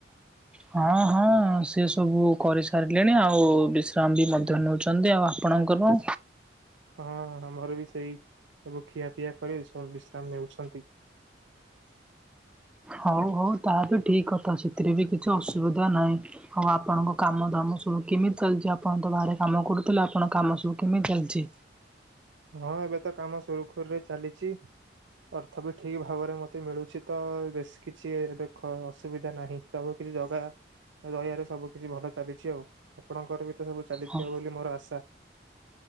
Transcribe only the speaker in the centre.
ହଁ ହଁ ସେ ସବୁ କରିସାରିଲେଣି ଆଉ ବିଶ୍ରାମ ବି ମଧ୍ୟ ନେଉଛନ୍ତି ଆଉ ଆପଣଙ୍କର
ହଉ ହଉ ତା ବି ଠିକ କଥା ସେଥିରେ ବି କି କିଛି ଅସୁବିଧା ନାହିଁ ଆଉ ଆପଣଙ୍କ କାମ ଧାମ ସବୁ କେମିତି ଚାଲିଛି ଆପଣଙ୍କ ଗାଁ ରେ? କାମ କରୁଥିଲ ଆପଣ କାମ ସବୁ କେମିତି ଚାଲିଛି?
ହଁ।